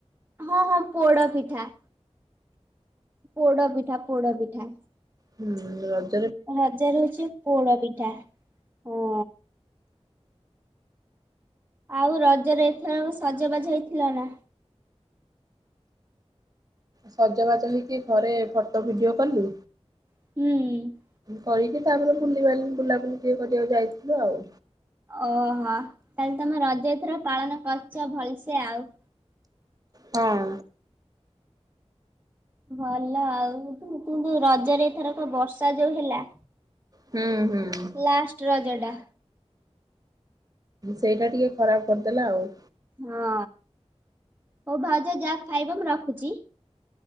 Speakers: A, on the right; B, on the right.
A: ହଁ- ହଁ ପୋଡ ପିଠା। ପୋଡ ପିଠା ପୋଡ ପିଠା।
B: ହୁଁ ର
A: ରଜରେ ହଉଚି ପୋଡପିଠା ହଁ। ଆଉ ରଜରେ ଏଥର ସଜବାଜ ହେଇଥିଲ ନା?
B: ସଜବାଜ ହେଇକି ଘରେ ଫଟୋ ଭିଡିଓ କଲି।
A: ହୁଁ।
B: କରିକି, ତାପରେ ବୁଲିିବାଲି ବୁଲାବୁଲି ଟିକେ କରିବାକୁ ଯାଇଥିଲୁ ଆଉ।
A: ଓ ହୋ, ତାହେଲେ ତମେ ରଜ ଏଥର ପାଳନ କରିଚ ଭଲସେ ଆଉ।
B: ହଁ।
A: ଭଲ ଆଉ, ରଜରେ ଏଥରକ ବର୍ଷା ଯୋଉ ହେଲା
B: ହୁଁ- ହୁଁ।
A: ଲାଷ୍ଟ ରଜଟା।
B: ସେଇଟା ଟିକେ ଖରାପ କରିଦେଲା ଆଉ।
A: ହଁ ହଉ ଭାଉଜ ଯାଅ ଖାଇବ, ମୁଁ ରଖୁଛି।